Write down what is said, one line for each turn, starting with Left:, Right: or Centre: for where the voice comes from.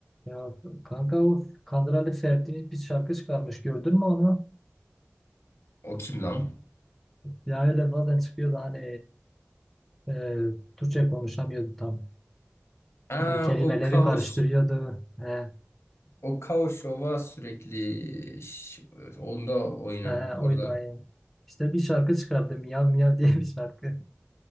Centre: Ya kanka o Kandıra'lı Ferdi bir şarkı çıkarmış gördün mü onu?
Left: O kim lan?
Centre: Ya öyle bazen çıkıyordu hani e, Türkçe konuşamıyordu tam.
Left: Ha,
Centre: Hani kelimeleri
Left: o Kaos.
Centre: karıştırıyordu. He,
Left: O Kaos Şov'a sürekli ş- onda oynan
Centre: he, oydu
Left: orada.
Centre: aynı. İşte bir şarkı çıkardı Miyav Miyav diye bir şarkı.